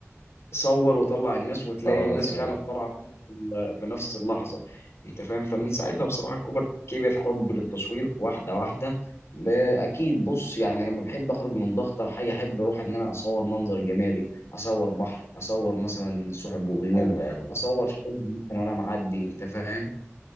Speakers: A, on the left; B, on the left.
A: صور وطلع الناس وتلاقي
B: صور
A: الناس
B: صور
A: فعلا طالعه في نفس في نفس اللحظه انت فاهم فمن ساعتها بصراحه كوبر كبر حب للتصوير واحده واحده ب- اكيد بص يعني لما بحب اخرج من ضغط او حاجه احب اروح ان انا اصور منظر جمالي اصور بحر اصور مثلا سحب وغيوم
B: حلو قوي
A: اصور شجر مثلا وانا معدي انت فاهم